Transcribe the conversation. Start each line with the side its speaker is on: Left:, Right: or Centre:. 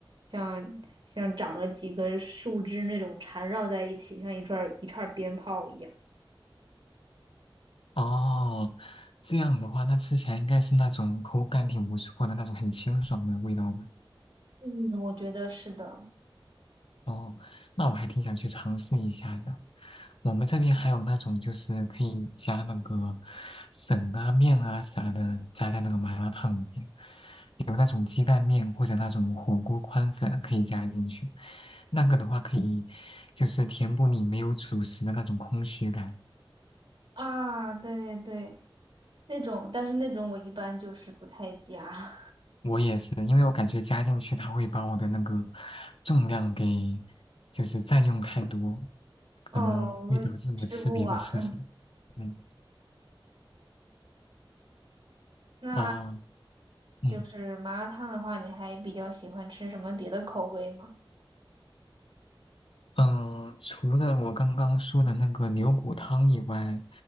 Right: 像像长了几根树枝那种缠绕在一起，像一串儿一串儿鞭炮一样。
Left: 哦，这样的话，那吃起来应该是那种口感挺不错的那种很清爽的味道吧？
Right: 嗯，我觉得是的。
Left: 哦，那我还挺想去尝试一下的。我们这边还有那种就是可以加那个粉啊、面啊啥的，加在那个麻辣烫里面，有那种鸡蛋面或者那种火锅宽粉可以加进去。那个的话可以就是填补你没有主食的那种空虚感。
Right: 啊，对对对，那种，但是那种我一般就是不太加，
Left: 我也是，因为我感觉加进去它会把我的那个重量给就是占用太多，
Right: <laughs>
Left: 可能会导致我吃别的吃什么。
Right: 哦，我也吃不完。
Left: 嗯
Right: 那。
Left: 啊嗯
Right: 就是麻辣烫的话，你还比较喜欢吃什么别的口味吗？
Left: 嗯，呃除了我刚刚说的那个牛骨汤以外，